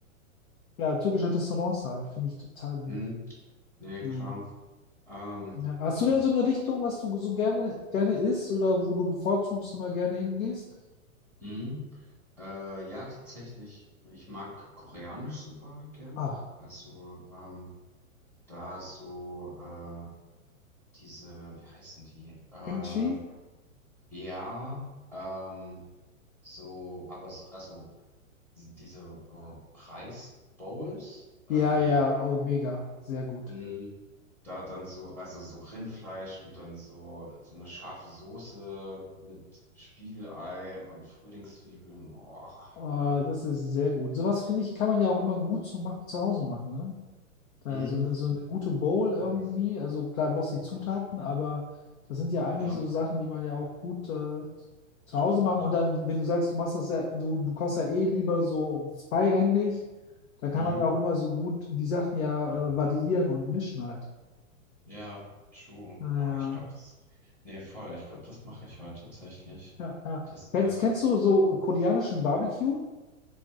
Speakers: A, on the left; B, in the centre.
A: ja, türkische Restaurants halt, finde ich total gut.
B: Mhm. Nee,
A: Ja.
B: klar. Ähm,
A: Ja. Hast
B: hm.
A: du denn so eine Richtung, was du so gerne, gerne isst oder wo du bevorzugst immer gerne hingehst?
B: Mhm. Äh, ja, tatsächlich, ich mag Koreanisch super gerne.
A: Ach,
B: Also, ähm, da so, äh, diese, wie heißen die? Äh,
A: Kimchi?
B: ja, ähm, so, aber s- also diese äh, Reisbowls, ähm,
A: Ja, ja,
B: Ja,
A: oh, mega, sehr gut.
B: mh, da dann so, also so Rindfleisch und dann so, so eine scharfe Soße mit Spiegelei und Frühlingszwiebeln. Oh,
A: Oh,
B: mh.
A: das ist sehr gut. Sowas finde ich, kann man ja auch immer gut zu, ma- zu Hause machen, ne? Da
B: Mhm.
A: so eine, so eine gute Bowl irgendwie,
B: Oh,
A: also klar, bloß die Zutaten,
B: nicht.
A: aber das sind ja eigentlich
B: Ja,
A: so Sachen, die man ja auch gut äh, zu
B: stimmt.
A: Hause machen. Und dann, wenn du sagst, du machst das ja, du, du kochst ja eh lieber so freihändig, dann kann
B: Mhm.
A: man ja auch immer so gut die Sachen ja
B: Mhm.
A: äh, variieren und mischen halt.
B: Ja, true.
A: Naja,
B: Oh, ich glaube, das, nee, voll, ich glaube, das mache ich heute tatsächlich.
A: ja, ja. ja.
B: Das, ja.
A: Kennst, kennst du so koreanischen Barbecue